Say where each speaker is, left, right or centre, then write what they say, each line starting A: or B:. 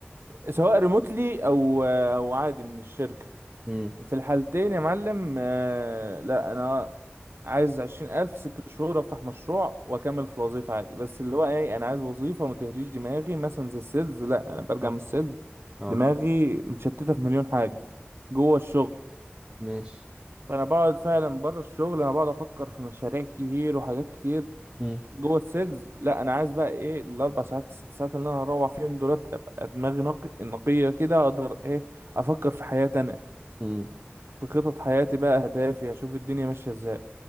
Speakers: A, on the right; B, on the right.
A: سواء ريموتلي أو أو عادي من الشركة
B: امم
A: في الحالتين يا معلم آه، لا أنا عايز عشرين ألف ست شهور أفتح مشروع وأكمل في الوظيفة عادي بس اللي هو إيه أنا عايز وظيفة ما تهريش دماغي مثلا زي السيلز لأ أنا برجع
B: اه
A: من السيلز
B: اه
A: دماغي متشتتة في مليون حاجة جوه الشغل
B: ماشي
A: فأنا بقعد فعلا بره الشغل أنا بقعد أفكر في مشاريع كتير وحاجات كتير
B: امم
A: جوه السيلز لأ أنا عايز بقى إيه الأربع ساعات الست ساعات اللي أنا هروح فيهم دولت أبقى دماغي نقي نقية كده أقدر إيه أفكر في حياتي أنا
B: امم
A: في خطط حياتي بقى أهدافي أشوف الدنيا ماشية إزاي